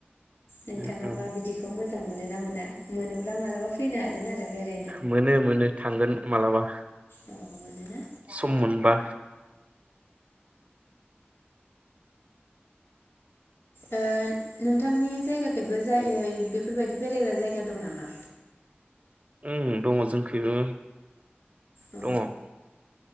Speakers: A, on the left; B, on the right.
A: नोंथाङाबा
B: ओं ओं
A: बिदिखौ मोजां मोजां मोनोना मोना मोनोब्ला मालाब्ला फैनो हागोन आरो बेराइ
B: मोनो मोनो थांगोन मालाबा
A: औ मोनोना
B: सम मोनबा।
A: ओ नोंथांनि जायगाखैबो जाययै बेफोरबायदि बेरायग्रा जायगा दं नामा?
B: उम दङ जोंखैबो
A: अ
B: दङ।